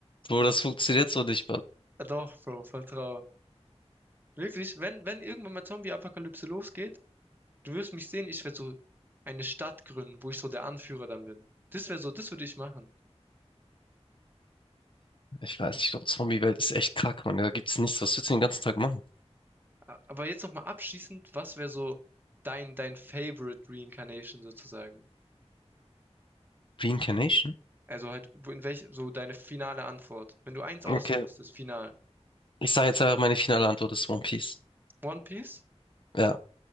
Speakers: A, on the left; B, on the right.
A: wo das funktioniert so nicht,
B: Ah, doch, Bro, vertrau. Wirklich, wenn, wenn irgendwann mal Zombie-Apokalypse losgeht, du wirst mich sehen, ich werde so eine Stadt gründen, wo ich so der Anführer dann bin. Das wäre so, das würde ich machen.
A: Ich weiß nicht, ich glaube, Zombie-Welt ist echt krank, Mann. Da gibt's nichts. Was willst du den ganzen Tag machen?
B: A- Aber jetzt nochmal abschließend, was wäre so dein, dein Favorite Reincarnation sozusagen?
A: Reincarnation?
B: Also halt, wo- in welch, so deine finale Antwort. Wenn du eins auswählen
A: Okay.
B: müsstest, final.
A: Ich sage jetzt einfach, meine finale Antwort ist One Piece.
B: One Piece,
A: Ja.